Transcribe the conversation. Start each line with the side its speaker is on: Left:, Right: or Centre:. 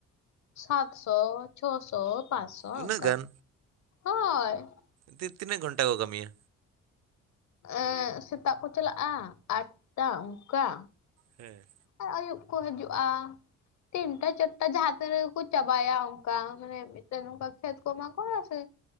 Left: ᱥᱟᱛ ᱥᱚ ᱪᱷᱚ ᱥᱚ ᱯᱟᱸᱪᱥᱚ
Right: ᱩᱱᱟᱹᱜ
Left: ᱝᱠᱟ
Right: ᱜᱟᱱ
Left: ᱦᱳᱭ ᱾
Right: ᱛᱤ ᱛᱤᱱᱟᱹᱜ ᱜᱷᱚᱱᱴᱟ ᱠᱚ ᱠᱟᱹᱢᱤᱭᱟ?
Left: ᱮᱸ ᱥᱮᱛᱟᱜ ᱠᱚ ᱪᱟᱞᱟᱜᱼᱟ ᱟᱴᱴᱟ ᱚᱝᱠᱟ
Right: ᱦᱮᱸ ᱾
Left: ᱟᱨ ᱟᱹᱭᱩᱵ ᱠᱚ ᱦᱤᱡᱩᱜᱼᱟ ᱾ ᱛᱤᱱᱴᱟ ᱪᱟᱴᱴᱟ ᱡᱟᱦᱟᱸ ᱛᱤᱱᱟ ᱜᱮ ᱠᱚ ᱪᱟᱵᱟᱭᱟ ᱚᱱᱠᱟ ᱢᱟᱱᱮ ᱾ <unintelligible> ᱠᱟ ᱠᱷᱮᱛ ᱠᱚᱢᱟ ᱠᱚ ᱥᱮ